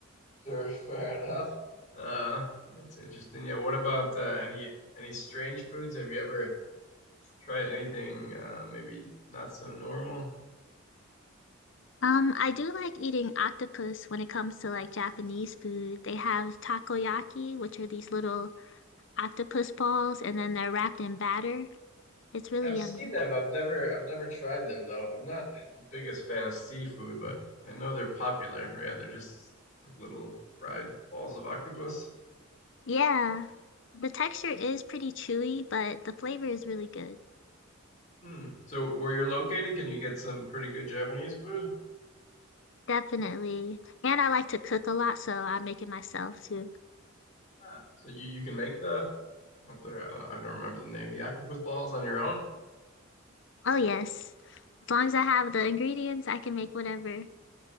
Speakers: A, on the left (about 35°); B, on the left (about 60°).
A: Sure, <laughs> fair enough. Uh, that's interesting. Yeah. What about uh, any any strange foods? Have you ever tried anything uh, maybe not so normal?
B: Um, I do like eating octopus when it comes to like Japanese food. They have takoyaki, which are these little octopus balls, and then they're wrapped in batter. It's really
A: I've
B: yummy.
A: seen them. I've never I've never tried them though. I'm not the biggest fan of seafood, but I know they're popular. Yeah, they're just like little fried balls of octopus.
B: Yeah. The texture is pretty chewy, but the flavor is really good.
A: Hmm. So where you're located, can you get some pretty good Japanese food?
B: Definitely. And I like to cook a lot, so I make it myself too.
A: Ah. So you, you can make the I'm sorry, I don't know, I don't remember the name. The octopus balls on your own?
B: Oh, yes. As long as I have the ingredients, I can make whatever.